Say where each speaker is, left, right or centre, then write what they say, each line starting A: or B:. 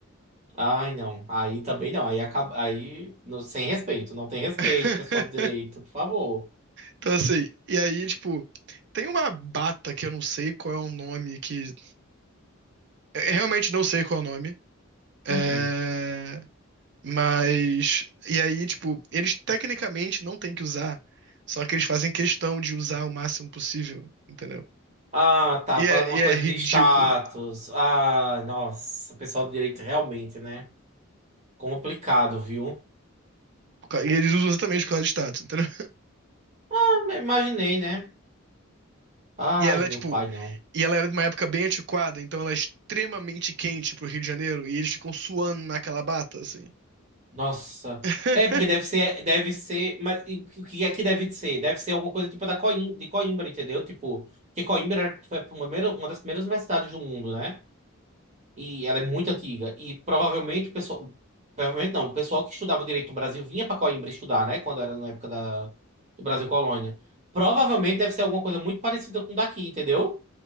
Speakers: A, on the right (about 35°); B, on the right (about 55°).
A: Ai, não. Aí também não. Aí acaba. Aí. não- sem respeito. Não tem respeito,
B: <laughs>
A: pessoal do direito, por favor.
B: Então, assim, e aí, tipo, tem uma bata que eu não sei qual é o nome, que. Eu realmente não sei qual é o nome. É,
A: Uhum.
B: Mas. E aí, tipo, eles tecnicamente não têm que usar, só que eles fazem questão de usar o máximo possível, entendeu?
A: Ah, tá.
B: E
A: Para
B: é,
A: uma
B: e é
A: coisa
B: ridículo.
A: de status. Ah, nossa. Pessoal do direito realmente, né? Complicado, viu?
B: Por causa- E eles usam exatamente por causa de status, entendeu?
A: Ah, imaginei, né? Ai,
B: E ela
A: meu
B: é tipo.
A: pai, não.
B: E ela era de uma época bem antiquada, então ela é extremamente quente pro Rio de Janeiro e eles ficam suando naquela bata, assim.
A: Nossa.
B: <laughs>
A: É, porque deve ser. Deve ser. Mas e o que o que é que deve ser? Deve ser alguma coisa tipo da Coim, de Coimbra, entendeu? Tipo, que Coimbra foi a primeira, uma das primeiras universidades do mundo, né? E ela é muito antiga. E provavelmente o pessoal. Provavelmente não, o pessoal que estudava direito no Brasil vinha para Coimbra estudar, né? Quando era na época da, do Brasil Colônia. Provavelmente deve ser alguma coisa muito parecida com o daqui, entendeu?